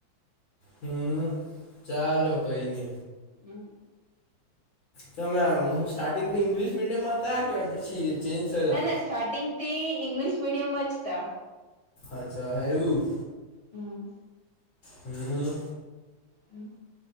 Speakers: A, on the left; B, on the left.
A: હમ ચાલો કઈ નને
B: હમ
A: તમે સ્ટાર્ટિંગ તો ઈંગ્લિશ મીડિયમ માં થ કે પછી ચેન્જ થયેલા
B: ના ના સ્ટાર્ટિંગ થી ઇંગ્લિશ મીડિયમમાં જ ત
A: અચ્છા એવું
B: હમ
A: હમ્મ
B: હમ